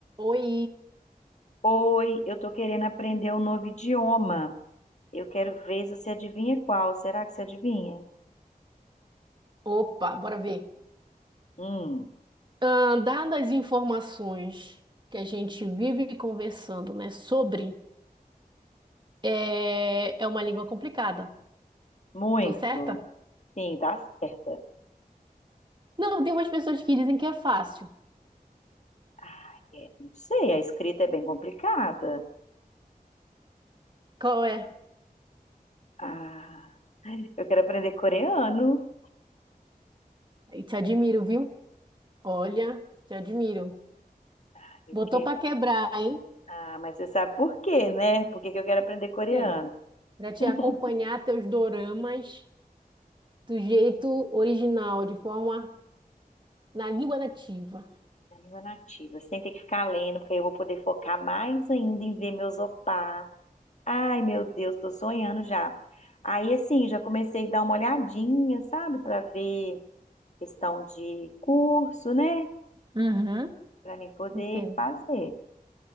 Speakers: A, on the right; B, on the left.
A: Oi,
B: Oi, eu tô querendo aprender um novo idioma. Eu quero ver se você adivinha qual. Será que você adivinha?
A: opa, bora ver.
B: Hum,
A: Ahn, dadas as informações que a gente vive conversando, né, sobre, é, é uma língua complicada,
B: muito.
A: tô certa?
B: Sim, tá certa.
A: Não, tem umas pessoas que dizem que é fácil.
B: Ah, é, não sei, a escrita é bem complicada.
A: Qual é?
B: Ah, eu quero aprender coreano.
A: E te admiro, viu? Olha, te admiro.
B: Ah, Eu
A: Botou
B: quero.
A: pra quebrar, hein?
B: Ah, mas você sabe por quê, né? Por que que eu quero aprender coreano?
A: Bem, pra te
B: <laughs>
A: acompanhar teus doramas do jeito original, de forma na língua nativa.
B: É a língua nativa. Você tem que ficar lendo, porque aí eu vou poder focar mais ainda em ver meus opá. Ai, meu Deus, tô sonhando já. Aí, assim, já comecei a dar uma olhadinha, sabe, para ver questão de curso, né,
A: Uhum.
B: Pra mim poder
A: Entendo.
B: fazer.